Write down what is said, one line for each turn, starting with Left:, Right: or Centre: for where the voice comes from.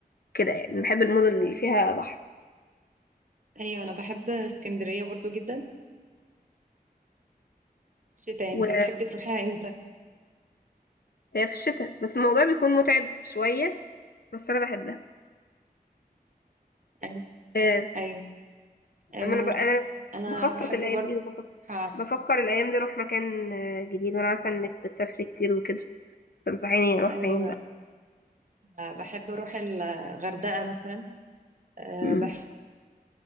Left: كده يعني بحب المدن اللي فيها بحر
Right: ايوه انا بحب اسكندريه برضو جدا الشتاء
Left: وهي
Right: انتي بتحبي تروحيها امتى
Left: في الشتاء بس الموضوع بيكون متعب شويه بس انا بحبها
Right: ايوه
Left: آه،
Right: ايوه آه
Left: اما انا ب... انا
Right: انا
Left: بخطط
Right: بحب
Left: الايام
Right: برضو
Left: دي وبفكر
Right: أروح-
Left: بفكر الايام دي اروح مكان آه، جديد وانا عارفه انك بتسافري كتير وكده تنصحيني اروح
Right: ايوه
Left: فين بقى
Right: آه، بحب اروح الغردقه مثلا آه
Left: مم.
Right: بحب